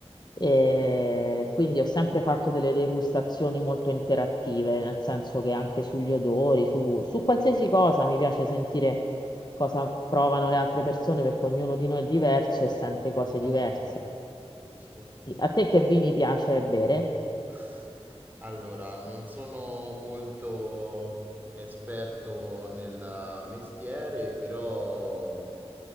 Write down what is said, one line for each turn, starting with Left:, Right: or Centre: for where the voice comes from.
Left: E quindi ho sempre fatto delle degustazioni molto interattive, nel senso che anche sugli odori, su, su qualsiasi cosa mi piace sentire cosa provano le altre persone perché ognuno di noi è diverso e sente
Right: Giustamente,
Left: cose diverse.
Right: giusto?
Left: Sì, A te che vini piace bere?
Right: <laughs> Allora, non sono molto esperto nel mestiere, però